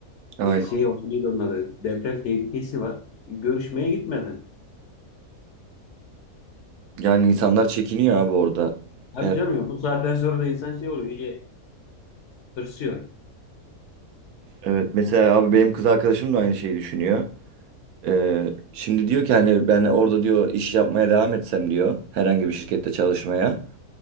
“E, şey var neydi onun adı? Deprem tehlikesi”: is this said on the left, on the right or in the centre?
Left